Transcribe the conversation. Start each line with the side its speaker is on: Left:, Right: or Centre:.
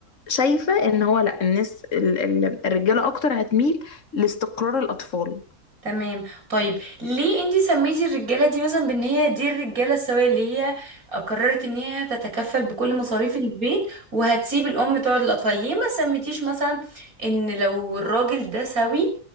Left: شايفة ان هو لا الناس ال- ال- الرجالة اكتر هتميل لاستقرار الأطفال
Right: تمام طيب ليه انتي سميتي الرجاله دي مثلا بان هي دي الرجاله السويه اللي هي قررت ان هي هتتكفل بكل مصاريف البيت وهتسيب الام تقعد للاطفال ليه ما سميتيش مثلا ان لو الراجل ده سوي